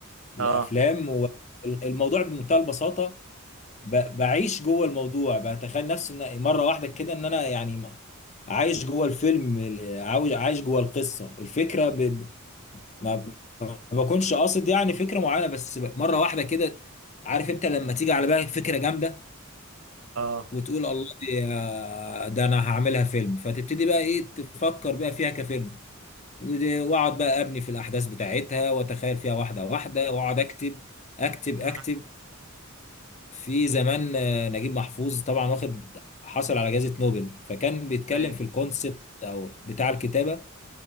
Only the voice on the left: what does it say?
لافلام
والموضوع بمنتهى البساطه ب- بعيش جوه الموضوع بتخيل نفسي ان مره واحده كده ان انا يعني ما- عايش جوه الفيلم ال- عاو- عايش جوه القصه الفكره ب... ب- ما ما بكونش قاصد يعني فكره معينه بس ب- مره واحده كده عارف انت لما تيجي على بالك فكره جامده
وتقول الله دي ده انا هعملها فيلم فتبتدي بقى ايه تفكر بقى فيها كفيلم ودي- واقعد بقى ابني في الاحداث بتاعتها واتخيل فيها واحده واحده واقعد اكتب اكتب
اكتب في زمان آه، نجيب محفوظ طبعا واخد حصل على جائزه نوبل فكان بيتكلم
في الكونسبت او بتاع الكتابه